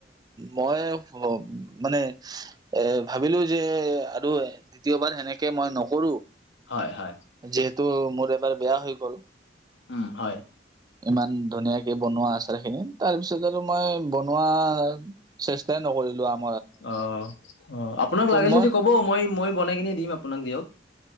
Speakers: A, on the right (about 20°); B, on the left (about 80°).
A: মই মানে এ ভাবিলো যে আৰু দ্বিতীয়বাৰ সেনেকে মই নকৰো।
B: হয় হয়।
A: যিহেতু মোৰ এবাৰ বেয়া হৈ গ'ল।
B: উমঁ' হয়।
A: ইমান ধুনীয়াকে বনোৱা আছাৰ খিনি তাৰপিছত আৰু মই বনোৱা চেষ্টাই নকৰিলো আম
B: অঁ, অঁ, আপোনাক লাগে
A: মই
B: যদি ক'ব মই মই বনাই কিনে দিম আপোনাক দিয়ক।